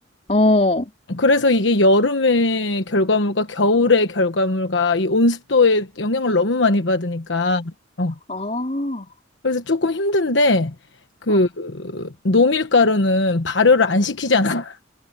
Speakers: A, on the left; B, on the left.
A: 어.
B: 그래서 이게 여름의 결과물과 겨울의 결과물과 이 온습도에 영향을 너무 많이 받으니까 어.
A: 아
B: 그래서 조금 힘든데 그
A: 어.
B: 노밀가루는 발효를 안 시키잖아. <laughs>